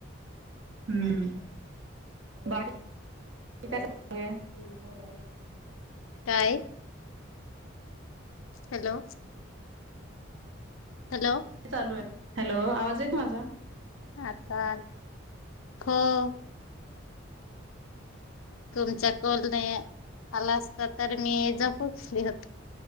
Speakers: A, on the right; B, on the left.
A: हम्म बाकी- <inaudible>
B: काय हॅलो! हॅलो,
A: काय चालू आहे हॅलो, आवाज येत माझा?
B: आता हो. तुमच्या कॉल नाही आला असत तर मी झोपूचं लागली होती.